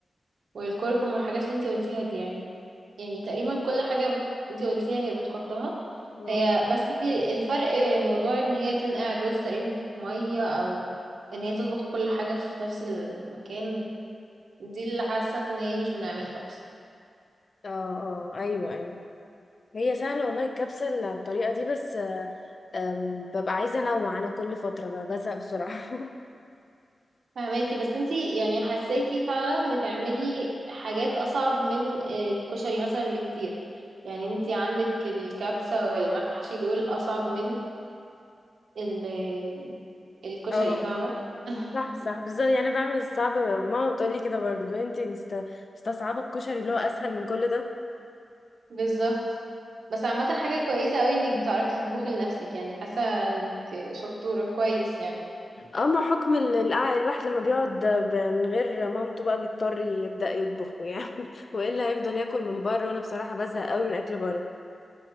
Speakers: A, on the right (about 75°); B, on the left (about 45°).
A: والكركم والحاجات اللي انتي قلتيها دي يعني يعني تقريبا كل حاجة بت... انتي قلتيها هي بتحطها
B: اه
A: هي بس في الفرق موضوع ان هي تنقع الرز تقريبا في مية او ان هي تطبخ كل حاجة في نفس المكان دي اللي حاسة ان هي مش بنعملها بس
B: اه آه، ايوه ايوه هي سهلة والله الكبسة على الطريقة دي بس آه، آم، ببقى عايزة انوع انا كل فترة ب- بزهق بسرعة <laughs>
A: فهماكي بس انتي يعني حاساكي فعلا بتعملي حاجات اصعب من الكشري مثلا بكتير يعني انتي عندك الكبسة والمحشي دول اصعب من ال- الكشري
B: اه
A: فاهمة <laughs>
B: صح صح بالظبط يعني أنا بعمل الصعب ماما بتقولي كده برضو لو انتي مست... مستصعبة الكشري اللي هو اسهل من كل ده
A: بالظبط بس عامة حاجة كويسة قوي انك بتعرفي تطبخي لنفسك يعني حاسة انك شطورة كويس يعني
B: اما حكم ال... الع- الواحد لما بيقعد ب... من غير مامته بقى بيضطر يبدأ يطبخه يعني <laughs> والا هيفضل ياكل من بره وانا بصراحة بزهق قوي من اكل بره